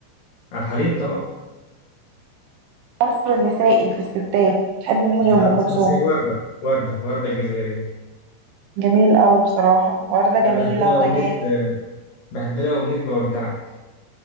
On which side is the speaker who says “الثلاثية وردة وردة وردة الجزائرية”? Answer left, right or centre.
Left